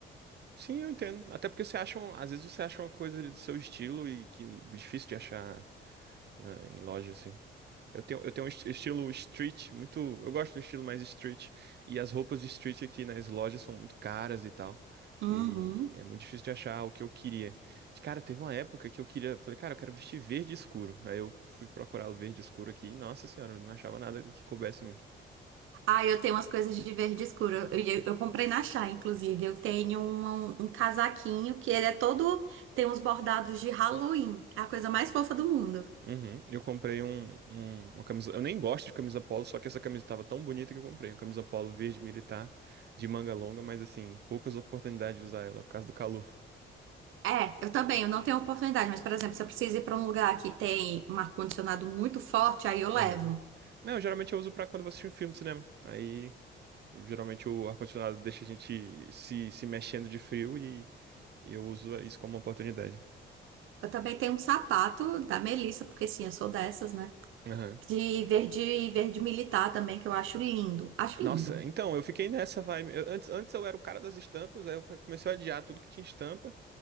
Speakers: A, on the right; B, on the right.
A: Sim, eu entendo. Até porque você acha, um- às vezes você acha uma coisa ali do seu estilo e que é difícil de achar na- em loja assim. Eu tenho, eu tenho um esti- estilo street, muito, eu gosto do estilo mais street e as roupas de street aqui nas lojas são muito caras e tal.
B: Uhum.
A: E é muito difícil de achar o que eu queria. Cara, teve uma época que eu queria, falei, cara, eu quero vestir verde escuro. Aí eu fui procurar o verde escuro aqui e, nossa senhora, eu não achava nada que coubesse em mim.
B: Ah, eu tenho umas coisas de verde escuro. Eu, eu, eu comprei na Chá, inclusive. Eu tenho um, um casaquinho que ele é todo. Tem uns bordados de Halloween. É a coisa mais fofa do mundo.
A: Uhum. Eu comprei um, um- uma camisa. Eu nem gosto de camisa polo, só que essa camisa tava tão bonita que eu comprei. Uma camisa polo verde militar de manga longa, mas assim, poucas oportunidades de usar ela por causa do calor.
B: É, eu também. Eu não tenho oportunidade, mas, por exemplo, se eu preciso ir pra um lugar que tem um ar-condicionado muito forte, aí eu levo.
A: Aham. Não, geralmente eu uso pra quando eu vou assistir um filme de cinema. Aí, geralmente o ar-condicionado deixa a gente se, se mexendo de frio e eu uso isso como uma oportunidade.
B: Eu também tenho um sapato da Melissa, porque sim, eu sou dessas, né?
A: Aham.
B: De verde, verde militar também, que eu acho lindo. Acho
A: Nossa,
B: lindo.
A: então, eu fiquei nessa vibe. Eu- antes, antes eu era o cara das estampas, aí eu fa- comecei a adiar tudo que tinha estampa.